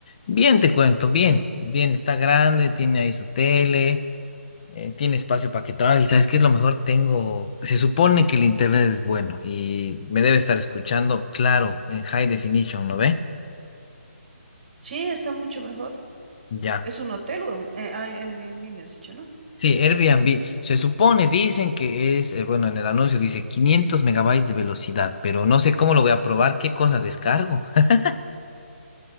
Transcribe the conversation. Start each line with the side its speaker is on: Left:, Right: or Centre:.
Left: bien, te cuento, bien, bien, está grande, tiene ahí su tele, eh, tiene espacio para que trabaje. ¿Y sabes qué es lo mejor? Tengo, se supone que el internet es bueno y me debe estar escuchando, claro, en high definition, ¿lo ve?
Right: Sí, está mucho mejor.
Left: Ya.
Right: ¿Es un hotel o un eh, ah, Airbnb, me has dicho, ¿no?
Left: Sí, Airbnb. Se supone, dicen que es, eh, bueno, en el anuncio dice 500 megabytes de velocidad, pero no sé cómo lo voy a probar, qué cosa descargo. <laughs>